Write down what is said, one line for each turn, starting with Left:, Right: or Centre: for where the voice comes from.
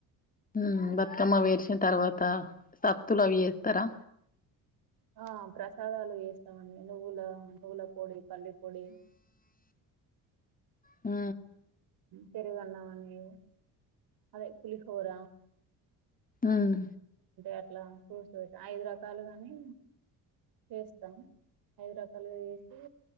Left: మ్ బతుకమ్మ అవి పేర్చిన తర్వాత సద్దులు అవి ఎత్తుతారా?
Right: ఆ ప్రసాదాలు చేస్తామండి నువ్వుల నువ్వుల పొడి పల్లీ పొడి
Left: ఆ
Right: పెరుగన్నమని, అదే పులిహోర
Left: ఉమ్
Right: అట్లా ఫ్రూట్స్ పెట్టీ అయిదు రకాలు గానీ వేస్తాం ఐదు రకాలుగా చేసి